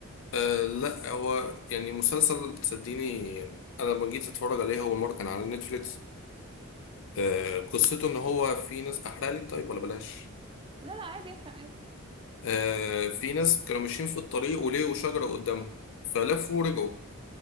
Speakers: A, on the left; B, on the right.
A: أه لا هو يعني مسلسل صدقيني يعني انا لما جيت اتفرج عليه اول مره كان على نتفليكس أه قصته ان هو في ناس احرق لك طيب ولا بلاش
B: لا لا عادي احرق عادي
A: أه في ناس كانوا ماشيين في الطريق ولقوا شجره قدامهم فلفوا ورجعوا